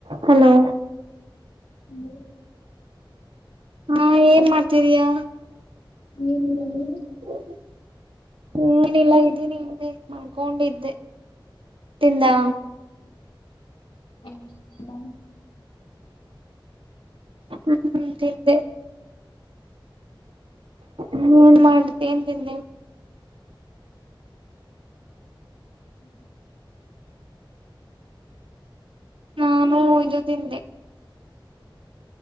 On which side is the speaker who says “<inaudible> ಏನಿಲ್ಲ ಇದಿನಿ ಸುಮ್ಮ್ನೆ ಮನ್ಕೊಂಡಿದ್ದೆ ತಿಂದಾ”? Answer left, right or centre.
Right